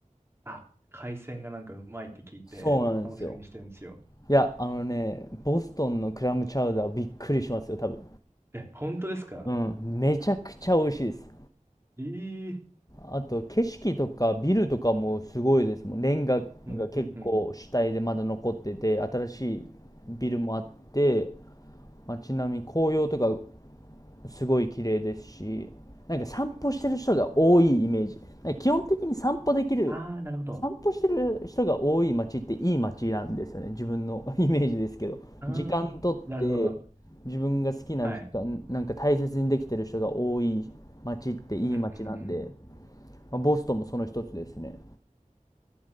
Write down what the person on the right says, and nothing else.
あ、海鮮がなんかうまいって聞いて楽しみにしてるんですよ。
え、本当ですか
ええ
うんうんうん。
ああ、なるほど。
ああ、
なるほど。
はい。
うんうんうん。